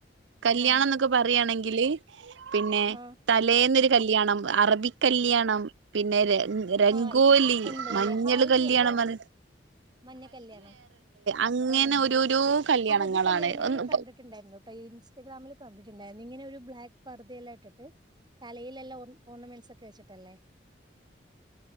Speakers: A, on the right; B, on the right.
A: കല്യാണംന്നൊക്കെ
B: ആഹ്
A: പറയാണെങ്കില് പിന്നെ
B: ആഹ്
A: തലേന്നൊരു കല്യാണം അറബി കല്ല്യാണം പിന്നെ ര രംഗോലി
B: ആഹ് ഇണ്ട്
A: മഞ്ഞള്
B: അല്ലേ ഹാൽദി
A: കല്യാണം
B: അല്ലേ
A: പർഞ്
B: മഞ്ഞ കല്യാണം
A: അങ്ങനെ
B: <unintelligible>
A: ഓരോരോ കല്യാണങ്ങളാണ്
B: അറബി കല്യാണം ഞാന്
A: ഒന്ന്
B: കണ്ടിട്ടുണ്ടായിരുന്നു. അഇൻസ്റ്റാഗ്രാമിൽ കണ്ടിട്ടുണ്ടായിരുന്നു ഇങ്ങനെ ഒരു ബ്ലാക്ക് പർദയെല്ലാം ഇട്ടിട്ട് തലയിലെല്ലാം ഓർ ഓർണമെന്റ്സ് ഒക്കെ വെച്ചിട്ടല്ലേ